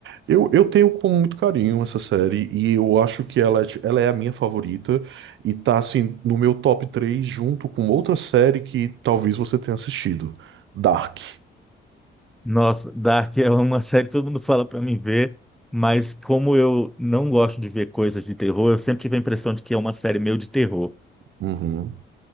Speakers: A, on the right (about 75°); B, in the centre.
A: Eu, eu tenho com muito carinho essa série e eu acho que ela, é ti- ela é a minha favorita e tá assim no meu top 3 junto com outra série que talvez você tenha assistido, Dark.
B: Nossa, Dark é uma <laughs> série que todo mundo fala para mim ver, mas como eu não gosto de ver coisas de terror, eu sempre tive a impressão de que é uma série meio de terror.
A: Uhum.